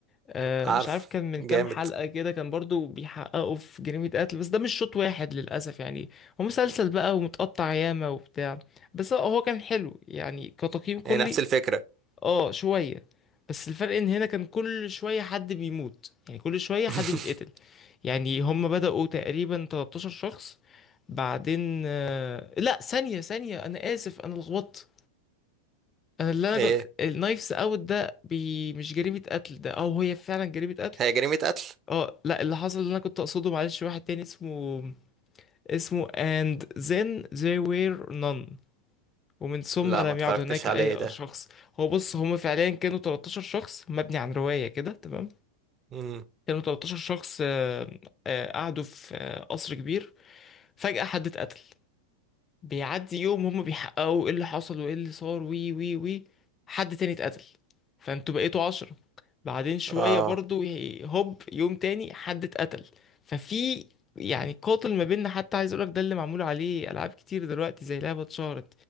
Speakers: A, on the left; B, on the right.
A: آه
B: عارف
A: مش عارف كان من
B: جامد
A: كام حلقة كده كان برضو بيحققوا في جريمة قتل بس ده مش شوط واحد للأسف يعني هو مسلسل بقى ومتقطع ياما وبتاع بس هو هو كان حلو يعني كتقييم كلي
B: هي نفس الفكرة
A: اه شوية بس الفرق ان هنا كان كل شوية حد بيموت يعني كل شوية حد
B: <laughs>
A: بيتقتل يعني هم بدأوا تقريبا 13 شخص بعدين آه، لا ثانية ثانية أنا آسف أنا لخبطت أنا اللي أنا
B: ايه
A: كنت النايفز أوت ده بي... مش جريمة قتل ده أو هي فعلا جريمة قتل
B: هي جريمة قتل
A: أه لا اللي حصل اللي أنا كنت أقصده معلش واحد تاني اسمه اسمه and then there were none ومن ثم
B: لا
A: لم
B: ما اتفرجتش
A: يعد هناك
B: عليه
A: أي
B: ده
A: شخص هو بص هم فعليا كانوا 13 شخص مبني عن رواية كده تمام
B: امم
A: كانوا 13 شخص آه، آه، قعدوا في آه، قصر كبير فجأة حد اتقتل بيعدي يوم هم بيحققوا ايه اللي حصل وايه اللي صار وي وي وي حد تاني اتقتل فانتوا بقيتوا عشرة بعدين شوية
B: اه
A: برضو ي- هوب يوم تاني حد اتقتل ففي يعني قاتل ما بيننا حتى عايز اقولك ده اللي معمول عليه العاب كتير دلوقتي زي لعبة اتشهرت